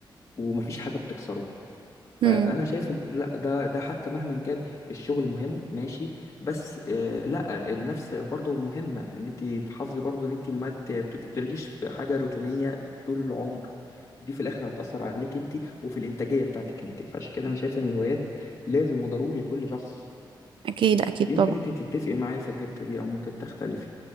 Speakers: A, on the left (about 35°); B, on the right (about 75°).
A: ومفيش حاجه بتكسره فانا
B: مم.
A: شايف ان لا ده ده حتى مهما كان الشغل مهم ماشي بس آه لا النفس برضه مهمه ان انت تحافظي برضه ان انت ما ت- تفضليش في حاجه روتينيه طول العمر دي في الاخر هتاثر عليك انت وفي الانتاجيه بتاعتك انت فعشان كده انا شايف ان الهوايات لازم وضروري لكل شخص
B: اكيد اكيد
A: يمكن
B: طبعا
A: انت تتفقي معايا في الحته دي او ممكن تختلفي